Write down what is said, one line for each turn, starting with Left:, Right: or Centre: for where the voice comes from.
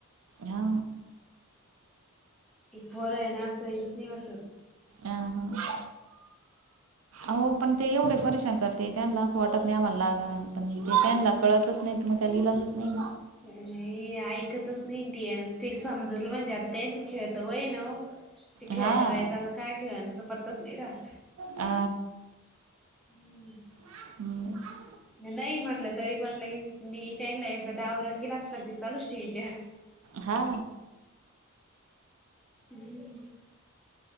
Right: हा
Centre: बर आहे नाचैनच नाही बसत
Right: अ ह हो पण ते एवढे परशान करते त्यांना असं वाटत नाही आम्हाला लाग आणि पण ते त्यांना कळतच नाही मग त्या लिहिलाच नाही
Centre: नाही ऐकतच नाही ती ते समजत म्हणजे आता त्यांच खेळत वय ते खेळत
Right: हा
Centre: व येतता काय खेळ आणि त्याचा पत्तच नाही राहात
Right: आ
Centre: हम्म
Right: हम्
Centre: नाही म्हटलं तरी पणलं की नाही त्यांनीला एकदा डावरंगीलाच लाग त चालूच टी व त्या
Right: हा
Centre: हम्म